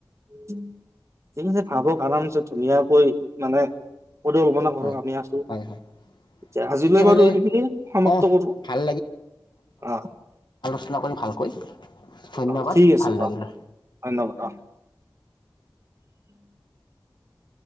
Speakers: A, on the right; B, on the left.
A: <unintelligible> ধুনীয়াকৈ মানে <unintelligible>
B: হয়।
A: আমি আছোঁ,
B: হয়, হয়
A: এতিয়া আজিলৈ
B: তেতিয়াহ'লে
A: বাৰু সেইখিনি সমাপ্ত
B: অ'
A: কৰোঁ,
B: ভাল
A: আ।
B: চনা কৰিম ভালকৈ। ধন্যবাদ
A: অ', ঠিক আছে,
B: ভাল লাগিল।
A: অ', ধন্যবাদ অ'। <inaudible>